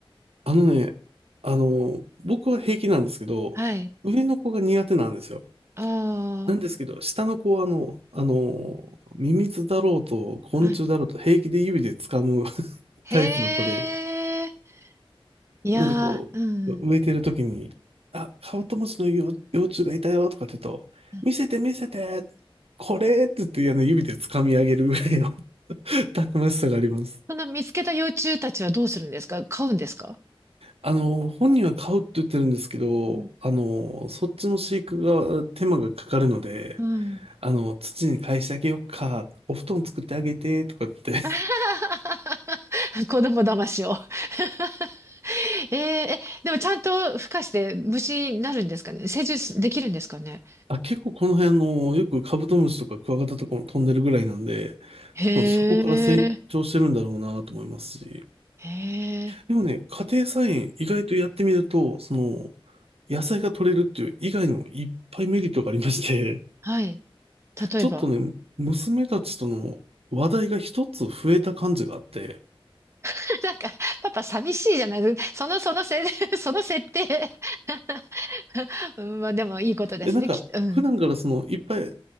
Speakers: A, on the right; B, on the right.
A: あのね、あの、僕は平気なんですけど、
B: はい。
A: 上の子が苦手なんですよ。
B: あ
A: なんですけど、下の子はあの、あの、ミミズだろうと昆虫だろうと平気で指で掴む
B: あ、はい。
A: <laughs> タイプの子で、
B: へえ、いやー、
A: なんでこう、
B: うん。
A: 植えてる時に、あ、カブトムシの幼幼虫がいたよとかって言うと、
B: ん
A: 見せて見せて、これって言って、あの指で掴み上げるぐらいの <laughs> たくましさがあります。
B: その見つけた幼虫たちはどうするんですか飼うんですか
A: あの、本人は買うって言ってるんですけど、
B: う
A: あの、そっちの飼育が手間がかかるので、
B: ん。うん
A: あの、土に返してあげようか、お布団作ってあげて、とかって。<laughs>
B: <laughs> 子供騙しを <laughs> えーえ、でもちゃんと孵化して虫になるんですかね成熟できるんですかね
A: あ、結構この辺、あの、よくカブトムシとかクワガタとかも飛んでるぐらいなんで、
B: へえ、
A: 多分そこから成長してるんだろうなと思いますし。
B: へえ、
A: でもね、家庭菜園意外とやってみると、その、野菜が取れるっていう以外にもいっぱいメリットがありまして、
B: はい。例えば。
A: ちょっとね、娘たちとの話題が一つ増えた感じがあって、
B: <laughs> なんか、パパ寂しいじゃない、その、そのせ、<laughs> その設定 <laughs> うん、まあでもいいことですね、
A: いやなんか、
B: きっと。うん。
A: 普段からその、いっぱい、